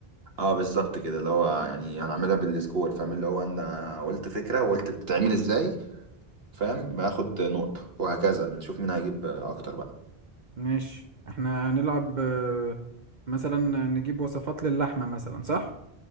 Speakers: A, on the right; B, on the right.
A: اه بالظبط كده اللي هو يعني هنعملها بالسكور فاهم اللي هو انا قلت فكره وقلت بتتعمل ازاي فاهم ما اخد نقطه وهكذا نشوف مين هيجيب اكتر بقى
B: ماشي احنا هنلعب آه، مثلا نجيب وصفات للحمة مثلا صح؟